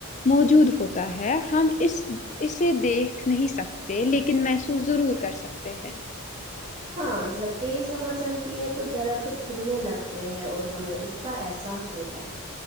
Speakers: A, on the left; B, on the right.
A: موجود ہوتا ہے ہم اس اسے دیکھ نہیں سکتے لیکن محسوس ضرور کر سکتے ہیں
B: ہاں جب تیز ہوا چلتی ہے تو درخت ہلنے لگتے ہے اور ہمیں اس کا احساس ہوتا ہے